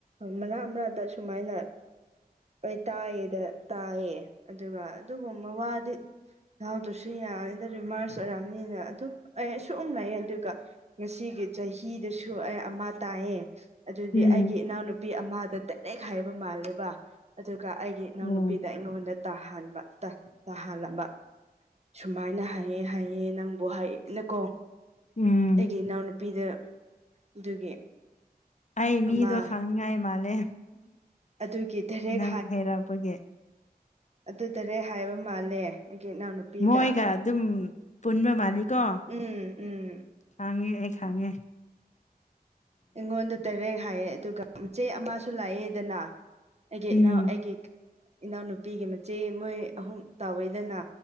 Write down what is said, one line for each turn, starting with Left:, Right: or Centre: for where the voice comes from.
Right: ꯃꯅꯥ ꯑꯃꯔꯛꯇ ꯁꯨꯃꯥꯏꯅ ꯍꯣꯏ ꯇꯥꯏꯌꯦꯗ ꯇꯥꯏꯌꯦ ꯑꯗꯨꯒ ꯑꯗꯨꯒꯨꯝꯕ ꯋꯥꯗꯤ ꯌꯥꯎꯗ꯭ꯔꯁꯨ ꯌꯥꯅꯤꯗ ꯔꯤꯃꯁ ꯑꯣꯏꯔꯝꯅꯤꯅ ꯑꯗꯨꯝ ꯑꯩ ꯑꯁꯨꯝ ꯂꯥꯛꯑꯦ ꯑꯗꯨꯒ ꯉꯁꯤ ꯆꯍꯤꯗꯁꯨ ꯑꯩ ꯑꯃ ꯇꯥꯏꯌꯦ ꯑꯗꯨꯗꯤ
Left: ꯎꯝ
Right: ꯑꯩꯒꯤ ꯏꯅꯥꯎꯅꯨꯄꯤ ꯑꯃꯗ ꯗꯥꯏꯔꯦꯛ ꯍꯥꯏꯕ ꯃꯥꯜꯂꯦꯕ ꯑꯗꯨ ꯀ ꯑꯩꯒꯤ ꯏꯅꯥꯎꯅꯨꯄꯤꯗ
Left: ꯑꯣ
Right: ꯑꯩꯉꯣꯟꯗ ꯇꯥꯍꯟꯕ ꯇ ꯇꯥꯍꯜꯂꯝꯕ ꯁꯨꯃꯥꯏꯅ ꯍꯥꯏꯑꯦ ꯍꯥꯏꯑꯦ ꯅꯪꯕꯨ ꯍꯥꯏꯌꯦꯅꯀꯣ
Left: ꯎꯝ
Right: ꯑꯩꯒꯤ ꯏꯅꯥꯎꯅꯨꯄꯤꯗ ꯑꯗꯨꯒꯤ
Left: ꯑꯩ ꯃꯤꯗꯣ
Right: ꯑꯃ
Left: ꯈꯪꯅꯤꯡꯉꯥꯏ ꯃꯥꯜꯂꯦ
Right: ꯑꯗꯨꯒꯤ ꯗꯥꯏꯔꯦꯛ
Left: ꯅꯪ ꯍꯩꯔꯥꯛꯄꯒꯤ
Right: ꯑꯗꯨꯗꯔꯦꯛ ꯍꯥꯏꯕ ꯃꯥꯜꯂꯦ ꯑꯩꯒꯤ ꯏꯅꯥꯎꯅꯨꯄꯤꯗ
Left: ꯃꯣꯏꯒ ꯑꯗꯨꯝ ꯄꯨꯟꯕ ꯃꯥꯜꯂꯤꯀꯣ
Right: ꯎꯝ ꯎꯝ
Left: ꯈꯥꯡꯉꯦ ꯑꯩ ꯈꯪꯉꯦ
Right: ꯑꯩꯉꯣꯟꯗ ꯗꯥꯢꯔꯦꯛ ꯍꯥꯏꯌꯦ ꯑꯗꯨꯒ ꯆꯦ ꯑꯃꯁꯨ ꯂꯥꯛꯑꯦꯗꯅ ꯑꯩꯒꯤ
Left: ꯎꯝ
Right: ꯏꯅꯥꯎ ꯑꯩꯒꯤ ꯏꯅꯥꯎꯅꯨꯄꯤꯒꯤ ꯃꯆꯦ ꯃꯣꯏ ꯑꯍꯨꯝ ꯇꯧꯋꯦꯗꯅ